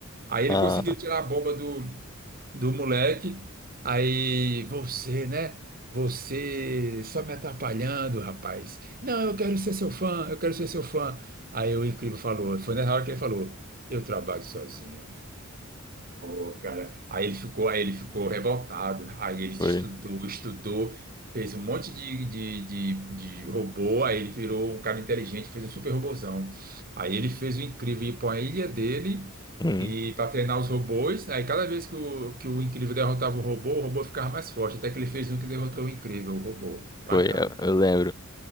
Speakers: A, on the right (about 40°); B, on the left (about 20°).
A: Aí ele
B: Ah,
A: conseguiu tirar a bomba do do moleque. Aí você, né? Você só me atrapalhando, rapaz. Não, eu quero ser seu fã, eu quero ser seu fã. Aí o incrível falou, foi na hora que ele falou, eu trabalho sozinho. Pô, cara, aí ele ficou, aí ele ficou revoltado. Aí ele estudou,
B: Foi.
A: estudou, fez um monte de, de, de, de robô. Aí ele virou um cara inteligente, fez um super robôzão. Aí ele fez o incrível ir para a ilha dele
B: Uhum.
A: e para treinar os robôs. Aí cada vez que o, que o incrível derrotava um robô, o robô ficava mais forte. Até que ele fez um que derrotou o incrível, o robô. Bacana.
B: Foi, eu, eu lembro.